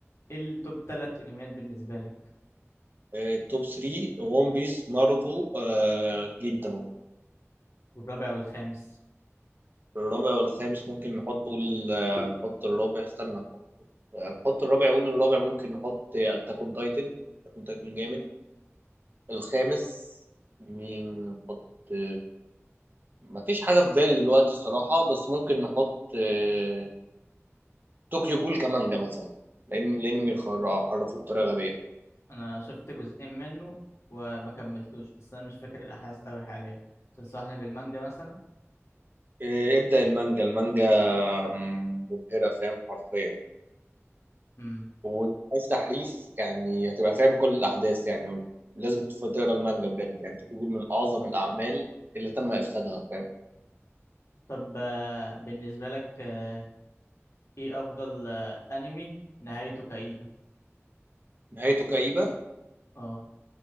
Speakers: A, on the left (about 70°); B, on the right (about 40°).
A: ايه التوب تلات انميات بالنسبة لك
B: آه، توب 3 ون بيس ناروتو آه، جينتاما
A: والرابع والخامس
B: الرابع والخامس ممكن نحط قول آه، نحط الرابع استنى نحط آه، نحط الرابع قول الرابع ممكن نحط اتاك اون تايتن اتاك اون تايتن جامد الخامس مين نحط آه، مفيش حاجة في بالي دلوقتي الصراحة بس ممكن نحط آه، طوكيو جول كمانجا مثلا لان الانمي خر- حرفوه بطريقه غبيه
A: انا شفت جزئين منه وما كملتوش بس انا مش فاكر الاحداث قوي حاليا تنصحني بالمانجا مثلا
B: إيه ابدا المانجا المانجا م- مبهره فاهم حرفيا
A: امم
B: وعايز تحريف يعني هتبقى فاهم كل الاحداث يعني لازم تف- تقرا المانجا بجد يعني طوكيو جول من اعظم الاعمال اللي تم افسادها فاهم
A: طب آه بالنسبة لك آه ايه افضل آه انمي نهايته كئيبة
B: نهايته كئيبه
A: اه